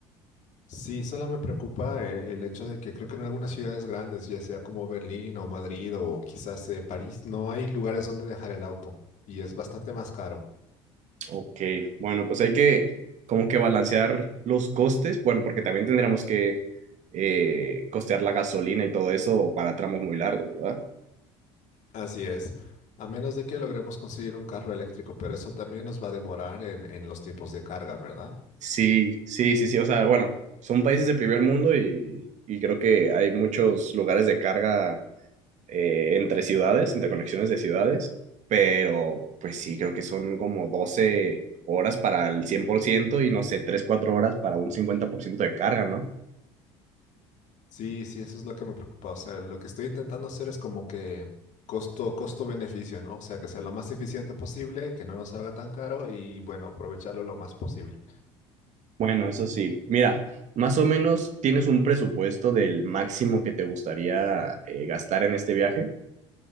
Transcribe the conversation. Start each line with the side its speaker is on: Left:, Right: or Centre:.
Left: Sí, solo me preocupa eh, el hecho de que creo que en algunas ciudades grandes, ya sea como Berlín o Madrid o quizás eh, París, no hay lugares donde dejar el auto y es bastante más caro.
Right: Ok, bueno, pues hay que como que balancear los costes, bueno, porque también tendríamos que eh, costear la gasolina y todo eso para tramos muy largos, ¿verdad?
Left: Así es, a menos de que logremos conseguir un carro eléctrico, pero eso también nos va a demorar en, en los tiempos de carga, ¿verdad?
Right: Sí, sí, sí, sí, o sea, bueno, son países de primer mundo y, y creo que hay muchos lugares de carga eh, entre ciudades, interconexiones de ciudades, pero pues sí, creo que son como 12 horas para el 100% y no sé, 3 4 horas para un 50% de carga, ¿no?
Left: Sí, sí, eso es lo que me preocupa. O sea, lo que estoy intentando hacer es como que costo, costo-beneficio, ¿no? O sea, que sea lo más eficiente posible, que no nos salga tan caro y bueno, aprovecharlo lo más posible.
Right: Bueno, eso sí. Mira, más o menos tienes un presupuesto del máximo que te gustaría eh, gastar en este viaje.